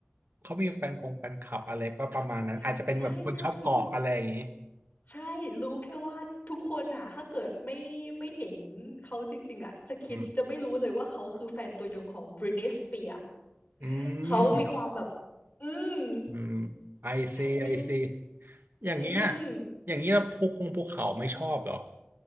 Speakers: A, on the right; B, on the left.
A: เขามีแฟนคงแฟนคลับอะไรก็ประมาณนั้นอาจจะเป็นแบบคนชอบเกาะอะไรอย่างนี้
B: <laughs> ใช่ใช่ใช่รู้แค่ว่าทุกคนอ่ะ ถ้าเกิดไม่ไม่เห็นเขาจริงๆอ่ะจะคิดจะไม่รู้เลยว่าเขาคือแฟนตัวยงของ
A: อืม
B: Britney Spears
A: อื
B: เขามีความแบบ
A: ม
B: อืม
A: อืมไอซีไอซี
B: มี
A: อย่างเงี้ย
B: อืม
A: อย่างเงี้ยพวกคงพวกเขาไม่ชอบเหรอ